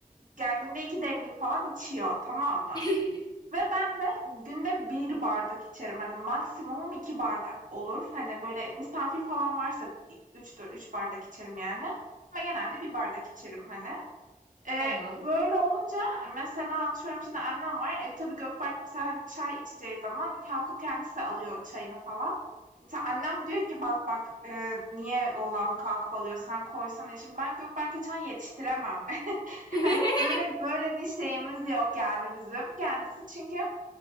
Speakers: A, on the right (about 60°); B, on the left (about 25°).
A: yani günde 2 demlik falan içiyor, tamam mı?
B: <laughs>
A: Ve ben de günde bir bardak içerim. Hani maksimumum 2 bardak olur. Hani, böyle, misafir falan varsa i üçtür 3 bardak içerim yani ama genelde bir bardak içerim, hani. Eee,
B: Tamam.
A: böyle olunca mesela atıyorum şimdi annem var. E, tabii Gökberk mesela hani çay içeceği zaman kalkıp kendisi de alıyor çayını falan. Mesela annem diyor ki bak bak e, niye oğlan kalkıp alıyor sen koysana. E, Şimdi ben Gökberk'e çay yetiştiremem. <laughs>
B: <laughs>
A: Hani böyle böyle bir şeyimiz yok yani bizim. Kendisi çünkü